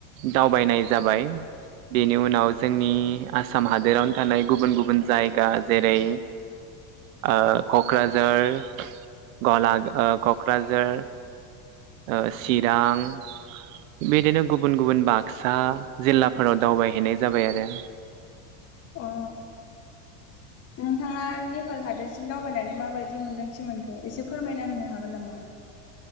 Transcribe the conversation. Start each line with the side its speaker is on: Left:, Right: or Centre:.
Right: दावबायनाय जाबाय बिनि उनाव जोंनि आसाम हादरावनो थानाय गुबुन गुबुन जायगा जेरै ओ कक्राझार गला ओ कक्राझार ओ चिरां बिदिनो गुबुन गुबुन बागसा जिलाफोराव दावबायहैनाय जाबाय आरो।
Left: अ उम। थाङा नेपाल हादोरसिम दावबायनानै। माबायदि मोन्दांथि मोनखो एसे फोरमायना होनो हागोन नामा?